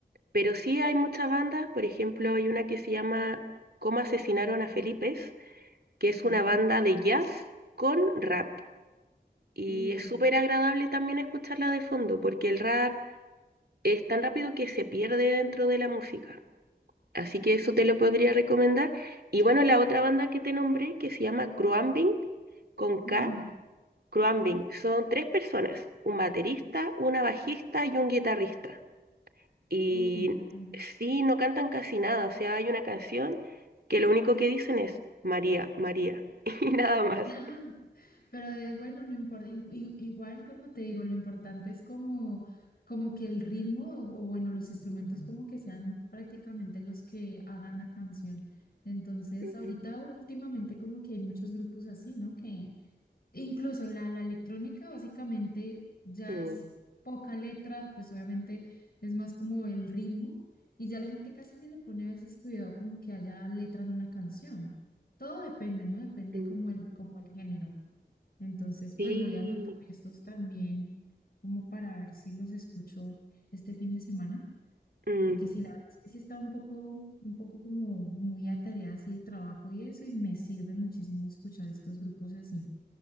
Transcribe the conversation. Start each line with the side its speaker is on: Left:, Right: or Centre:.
Right: pero sí hay muchas bandas, por ejemplo, hay una que se llama Cómo asesinaron a Felipe que es
Left: Fútbol,
Right: una banda de jazz con rap. Y
Left: fútbol.
Right: es súper agradable también escucharla de fondo, porque el rap es tan rápido que se pierde dentro de la música. Así que eso te lo podría recomendar. Y bueno, la otra banda que te nombré, que se llama Cruambing, con K,
Left: Ramen,
Right: Cruambing, son tres personas, un baterista, una bajista y un guitarrista. Y
Left: uy, genial.
Right: sí, no cantan casi nada, o sea, hay una canción que lo único que dicen es María, María, <laughs> y nada más.
Left: <laughs> Pero eh, bueno, no importa, i- i- igual como te digo, lo importante es como, como que el ritmo o, o, bueno, los instrumentos como que sean prácticamente los que hagan la canción. Entonces,
Right: Mm,
Left: ahorita últimamente como que hay muchos grupos así, ¿no? Que incluso la, la electrónica básicamente ya
Right: mm.
Left: es poca letra, pues obviamente es más como el ritmo y ya la gente casi ni le pone a veces cuidado como que haya letra en una canción. Todo depende, ¿no? Depende
Right: Mm,
Left: como el, como el género. Entonces,
Right: Sí,
Left: pues voy a anotar estos también como para ver si los escucho este fin de semana,
Right: mm,
Left: porque sí, la verdad es que sí estaba un poco, un poco como muy atareada así de trabajo y eso, y me sirve muchísimo escuchar estos grupos así.